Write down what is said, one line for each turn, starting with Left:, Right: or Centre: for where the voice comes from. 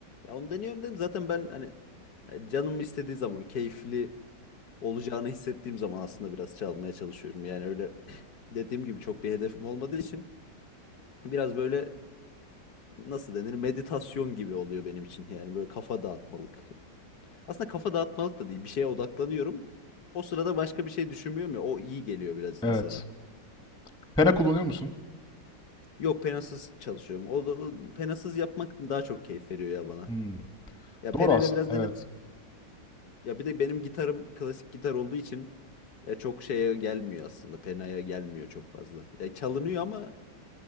Left: Ya onu deniyorum dedim zaten ben hani e, canım istediği zaman keyifli olacağını hissettiğim zaman aslında biraz çalmaya çalışıyorum. Yani öyle dediğim gibi çok bir hedefim olmadığı için biraz böyle nasıl denir meditasyon gibi oluyor benim için. Yani böyle kafa dağıtmalık. Aslında kafa dağıtmalık da değil bir şeye odaklanıyorum. O sırada başka bir şey düşünmüyorum ya o iyi geliyor biraz
Centre: Evet.
Left: insana.
Centre: Pena kullanıyor musun?
Left: Yok penasız çalışıyorum. O da o- penasız yapmak daha çok keyif veriyor ya bana.
Centre: Hmm.
Left: Ya
Centre: Doğru
Left: penayla
Centre: aslında.
Left: biraz
Centre: Evet.
Left: denedim. Ya bir de benim gitarım klasik gitar olduğu için ya çok şeye gelmiyor aslında. Penaya gelmiyor çok fazla. Ya çalınıyor ama